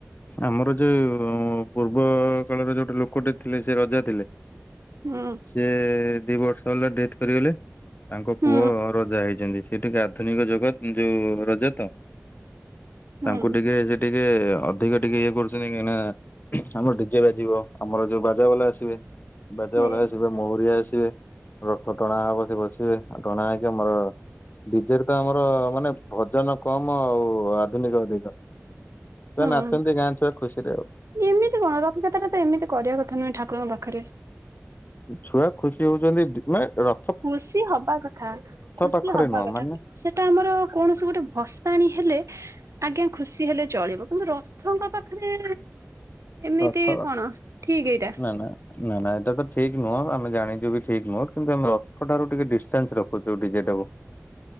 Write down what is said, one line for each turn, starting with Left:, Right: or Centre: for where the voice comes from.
Left: ଆମର ଯୋଉ ପୂର୍ବ କାଳର ଯୋଉଟି ଲୋକଟେ ଥିଲେ ସେ ରଜା ଥିଲେ।
Right: ହୁଁ।
Left: ସିଏ ଦି ବର୍ଷ ହେଲା ଡେଥ୍ କରିଗଲେ ତାଙ୍କ
Right: ହୁଁ
Left: ପୁଅ ରଜା ହେଇଛନ୍ତି ସେ ଟିକେ ଆଧୁନିକ ଜଗା ଯୋଉ ରଜା ତ
Right: ହୁଁ।
Left: ତାଙ୍କୁ ଟିକେ ଯେ ଟିକେ ଅଧିକ ଟିକେ ଇଏ କରୁଛନ୍ତି କାହିଁକିନା ଆମର ଡିଜେ ବାଜିବ ଆମର ଯୋଉ ବାଜା ବାଲା ଆସିବେ। ବାଜା
Right: ହୁଁ
Left: ବାଲା ଆସିବ। ମହୁରିଆ ଆସିବେ ରଥ ଟଣା ହେବ ସେ ବସିବେ ରଥ ଟଣା ହେଇକି ଆମର ଡିଜେରେ ତ ଆମର ମାନେ ଭଜନ କମ ଆଉ ଆଧୁନିକ ଅଧିକ।
Right: ହୁଁ
Left: ଛୁଆ ନାଚନ୍ତି ଗାଁ ଛୁଆ ଖୁସିରେ ଆଉ।
Right: ଏମିତି କଣ ରଥଯାତ୍ରା ତ ଏମିତି କରିବା କଥା ନୁହେଁ ଠାକୁରଙ୍କ ପାଖରେ।
Left: ଛୁଆ ଖୁସି ହଉଛନ୍ତି ମାନେ ର
Right: ଖୁସି ହବା କଥା ଖୁସି
Left: ପାଖରେ
Right: ହବା
Left: ନୁହଁ
Right: କଥା
Left: ମାନେ
Right: ସେ ତ ଆମର କୌଣସି ଗୋଟେ ଭସାଣି ହେଲେ ଆଜ୍ଞା ଖୁସି ହେଲେ ଚଳିବ। କିନ୍ତୁ ରଥଙ୍କ ପାଖରେ ଏମିତି
Left: ରଥ
Right: କଣ ଠିକ୍ ଏଇଟା?
Left: ନା ନା ନା ନା ଏଟା ତ ଠିକ ନୁହଁ ଆମେ ଜାଣିଛୁ ବି ଠିକ ନୁହଁ କିନ୍ତୁ ଆମେ ର ଥାରୁ ଟିକେ ଡିଷ୍ଟାନ୍ସ ରଖୁଛୁ ଡିଜେଟାକୁ।